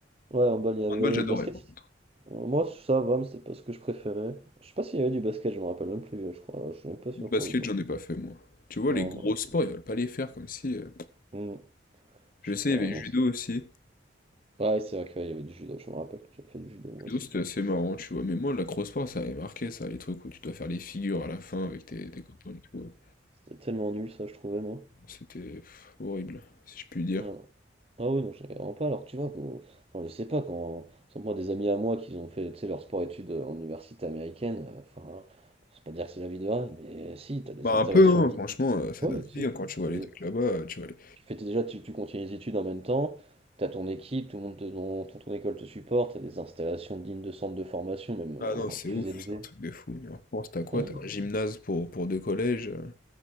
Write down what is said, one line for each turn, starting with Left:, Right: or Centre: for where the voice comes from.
Right: Ouais, en bas, il y avait
Left: Handball, j'adorais,
Right: basket.
Left: par contre.
Right: Euh, Moi, ça va, mais c'était pas ce que je préférais. Je sais pas s'il y avait du basket, je me rappelle même plus, euh, je crois. Je suis même pas sûr
Left: Basket,
Right: pour le coup.
Left: j'en ai pas fait, moi. Tu vois,
Right: Non,
Left: les gros
Right: moi non.
Left: sports,
Right: plus.
Left: ils veulent pas les faire, comme si... euh,
Right: Hmm,
Left: Je
Right: Je
Left: sais,
Right: sais pas,
Left: il y
Right: non.
Left: avait judo
Right: c'est-
Left: aussi.
Right: Ouais, c'est vrai qu'il y avait du judo, je me rappelle. J'avais fait du judo moi
Left: D'où
Right: aussi.
Left: c'était assez marrant, tu vois. Mais moi, la crossfit, ça avait marqué, ça, les trucs où tu dois faire les figures à la fin avec tes, tes copains et tout. euh.
Right: C'était tellement nul ça, je trouvais moi.
Left: C'était pff, horrible, si je puis dire.
Right: Ah, ah oui, non, j'ai vraiment pas. Alors que tu vois, qu'au- enfin, je sais pas, quand. sans moi, des amis à moi qui ont fait tu sais, leur sport-études euh, en université américaine, euh, enfin, hein, c'est pas dire que c'est la vie de rêve, mais euh, si, t'as des
Left: Bah
Right: installations.
Left: un peu, hein,
Right: d'hy-
Left: franchement, euh, ça
Right: Ouais,
Left: donne
Right: si.
Left: vie hein, quand tu vois
Right: T'as des-
Left: les trucs là-bas, euh, tu vois les...
Right: Tu fais t'es déjà, tu, tu continues les études en même temps, t'as ton équipe, tout le monde, te- ton, ton, ton école te supporte, t'as des installations dignes de centres de formation, même euh,
Left: Ah
Right: encore
Left: non, c'est
Right: plus
Left: ouf,
Right: élevés.
Left: c'est un truc de fou. Mais en France, t'as quoi?
Right: Ah oui,
Left: T'as un gymnase pour, pour deux collèges. euh.